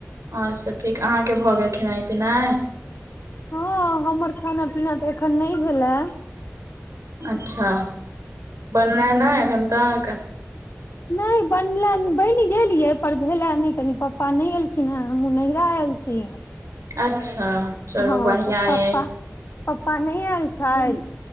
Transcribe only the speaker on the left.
हँ हमर खाना पीना तऽ एखन नहि भेलए
नहि बनला बनि गेल यै पर भेलय नहि कनी पप्पा नहि एलखिन हेँ हमहूँ नहिरा आयल छी
हँ
तऽ पप्पा
पप्पा न आयल छैथ